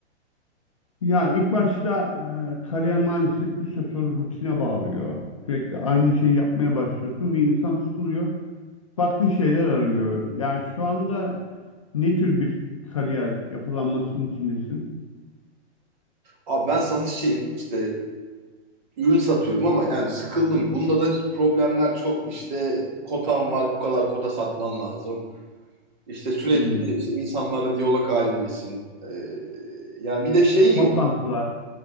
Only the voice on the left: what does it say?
Ya ilk başta e, kariyer maalesef bir süre sonra rutine bağlıyor. Sürekli aynı şeyi yapmaya başlıyorsun ve insan sıkılıyor. Farklı şeyler arıyor. Yani şu anda ne tür bir kariyer yapılanmasının içindesin?
Hmm.
Toplantılar.